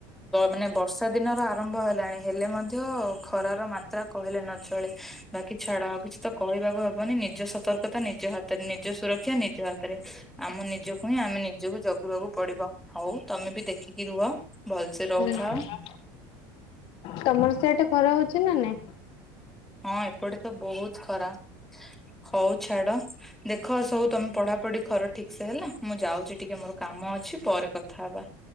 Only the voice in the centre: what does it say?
ମାନେ ବର୍ଷା ଦିନର ଆରମ୍ଭ ହେଲାଣି ହେଲେ ମଧ୍ୟ ତ ଖରାର ମାତ୍ରା କହିଲେ ନ ଚଳେ ବାକି ଛାଡ ଆଉ କିଛି ତ କହିବାକୁ ହବନି ନିଦ ନିଜ ସତର୍କତା ନିଜ ହାତରେ ନିଜ ସୁରକ୍ଷା ନିଜ ହାତ ଆମ ନିଜକୁ ହିଁ ଆମେ ନିଜକୁ ଜଗିବାକୁ ପଡିବ ହଉ ତମେ ବି ଦେଖିକି ରୁହ। ଭଲସେ ରହୁଥାଅ
ହଁ ଏପଟେ ତ ବହୁତ ଖରା, ହଉ ଛାଡ ଦେଖ ସବୁ ତମେ ପଢା ପଢ଼ି କର ଠିକ ସେ ହେଲା ମୁଁ ଯାଉଛି ଟିକେ ମୋର କାମ ଅଛି ପରେ କଥା ହବା।